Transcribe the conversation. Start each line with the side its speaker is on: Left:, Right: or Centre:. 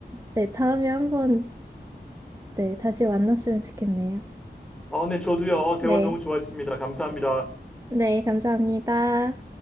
Right: 네, 다음에 한번, 네, 다시 만났으면 좋겠네요.
Centre: 아, 네, 저도요. 어, 대화
Right: 네.
Centre: 너무 좋았습니다. 감사합니다.
Right: 네, 감사합니다.